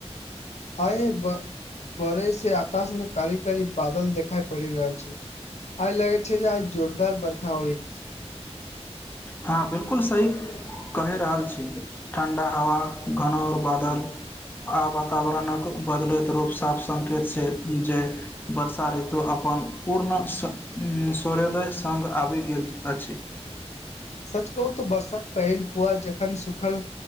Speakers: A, on the left (about 80°); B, on the left (about 20°).
A: आय ब भोरै से आकाश मे कारी कारी बादल देखाई पड़ि रहल छै आइ लगे छै जे आइ जोरदार बरखा होइत
B: हँ बिल्कुल सही कहि रहल छी ठण्डा हवा घनो ओर बादल आ वातावरणक बदलैत रूप साफ संकेत छै जे वर्षा ऋतु अप अपन पूर्ण सूर्योदय सगं आबि गेल अछि
A: सच कहू तऽ बरषा पहिल फुआर जखन सुखल